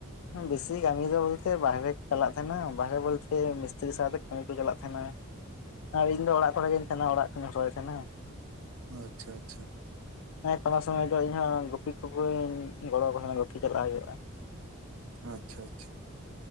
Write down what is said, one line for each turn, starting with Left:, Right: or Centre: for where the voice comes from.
Left: ᱵᱮᱥᱤ ᱠᱟᱹᱢᱤ ᱫᱚ ᱵᱚᱞᱛᱮ, ᱵᱟᱦᱟᱨᱮ ᱠᱚ ᱪᱟᱞᱟᱜ ᱛᱟᱦᱮᱱᱟ, ᱵᱟᱦᱟᱨᱮ ᱵᱚᱞᱛᱮ ᱢᱤᱥᱛᱨᱤ ᱥᱟᱶᱛᱮ, ᱠᱟᱹᱢᱤ ᱠᱚ ᱪᱟᱞᱟᱜ ᱛᱟᱦᱮᱱᱟ ᱾ ᱟᱨ ᱤᱧ ᱫᱚ, ᱚᱲᱟᱜ ᱠᱚᱨᱮ ᱜᱤᱧ ᱛᱟᱦᱮᱱᱟ ᱾ ᱚᱲᱟᱜ ᱠᱩᱧ ᱦᱚᱨᱚᱭ ᱠᱟᱱᱟ ᱾
Right: ᱳᱼ, ᱟᱪᱪᱷᱟ, ᱟᱪᱪᱷᱟ ᱾
Left: ᱮᱸ ᱥᱚᱢᱚᱭ-ᱥᱚᱢᱚᱭ ᱫᱚ, ᱤᱧᱦᱚᱸ ᱜᱩᱯᱤ ᱠᱚᱜᱮᱧ ᱜᱚᱲᱚ ᱣᱟᱠᱚᱣᱟ ᱜᱩᱯᱤ ᱪᱟᱞᱟᱜ ᱦᱩᱭᱩᱜᱼᱟ ᱾
Right: ᱟᱪᱪᱷᱟ ᱟᱪᱪᱷᱟ ᱾